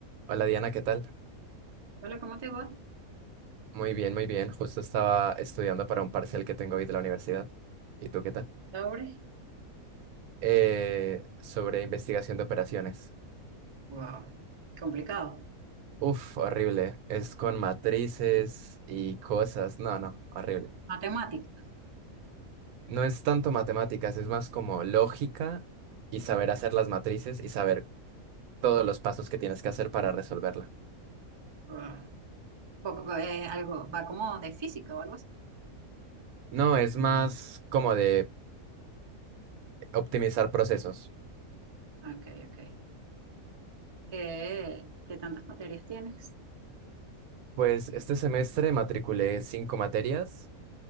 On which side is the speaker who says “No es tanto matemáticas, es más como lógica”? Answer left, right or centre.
Right